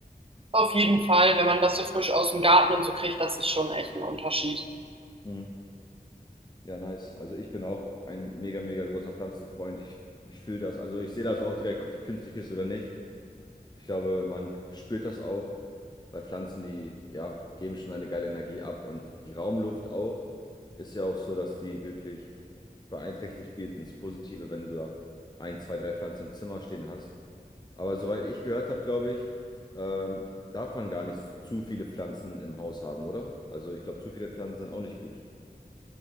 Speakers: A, on the right; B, on the left.
A: Auf jeden Fall, wenn man das so frisch aus dem Garten und so kriegt, das ist schon echt ein Unterschied.
B: Mhm. Ja, nice. Also ich bin auch ein mega, mega großer Pflanzenfreund. Ich, ich fühle das. Also ich sehe das auch direkt, ob die künstlich ist oder nicht. Ich glaube, man spürt das auch, weil Pflanzen, die ja, geben schon eine geile Energie ab und die Raumluft auch ist ja auch so, dass die wirklich beeinträchtigt wird ins Positive, wenn du da ein, zwei, drei Pflanzen im Zimmer stehen hast. Aber soweit ich gehört habe, glaube ich, ähm, darf man gar nicht zu viele Pflanzen im Haus haben, oder? Also ich glaube, zu viele Pflanzen sind auch nicht gut.